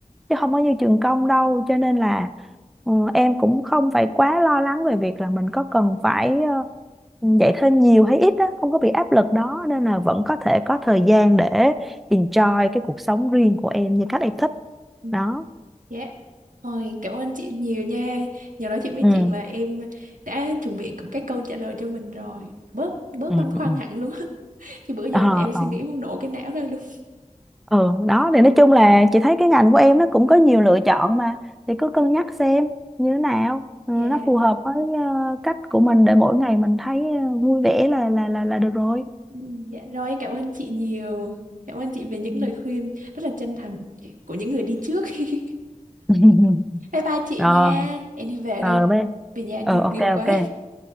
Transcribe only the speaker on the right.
Ừ,
Dạ. Rồi, cảm ơn chị nhiều nha. Nhờ nói chuyện với
chị mà em đã chuẩn bị có cái câu trả lời cho mình rồi. Bớt bớt
băn khoăn
hẳn luôn. <laughs> Chứ bữa giờ
là em
suy nghĩ muốn nổ cái não ra luôn.
Dạ.
Ừ, Dạ rồi em cảm ơn chị nhiều. Cảm ơn chị về những
lời khuyên rất là chân thành của những người đi trước. <laughs>
Bye bye chị
nha. Em đi về
đây,
về nhà nhiều
việc quá.